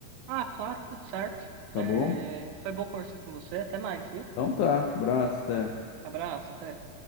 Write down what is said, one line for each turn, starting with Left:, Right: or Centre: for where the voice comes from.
Right: Ah, claro, tudo certo.
Left: Tá
Right: É,
Left: bom?
Right: foi bom conversar com você. Até mais, viu?
Left: Então tá, abraço, até.
Right: Abraço, até.